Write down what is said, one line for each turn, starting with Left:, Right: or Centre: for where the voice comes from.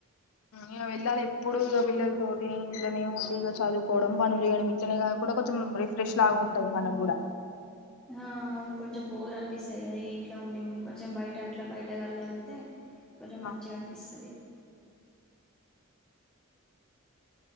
Left: ఇక వెళ్ళాలి ఎప్పుడు ఇక పిల్లల తోటి ఇంట్లోనే ఉండి ఇక చదువుకోవడం పనులు చేయడం ఇట్నే కానీ కూడా కొంచెం రిఫ్రెష్ లాగా ఉంటాది మనకు కూడా
Centre: ఆ అవును కొంచెం బోర్ అనిపిస్తది కదా ఇంట్లో ఉండి ఉండి కొంచెం బయట అట్లా బయట గాలి తగుల్ తే కొంచెం
Left: ఆ
Centre: మంచిగా అనిపిస్తది